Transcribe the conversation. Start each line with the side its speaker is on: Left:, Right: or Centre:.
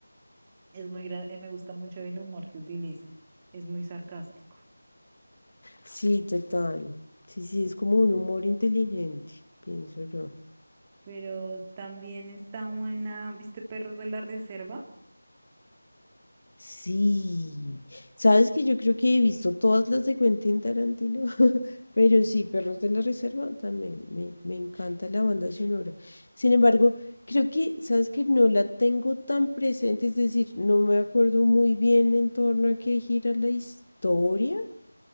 Right: Es muy gra- eh, me gusta mucho el humor que utiliza. Es muy sarcástico.
Left: Sí, total. Sí, sí, es como un humor inteligente, pienso yo.
Right: Pero también está buena, ¿viste? Perros de la reserva
Left: Sí, sabes que yo creo que he visto todas las de Quentin Tarantino, <laughs> pero sí, Perros de la Reserva también, me, me encanta la banda sonora. Sin embargo, creo que, sabes que no la tengo tan presente, es decir, no me acuerdo muy bien en torno a qué gira la historia.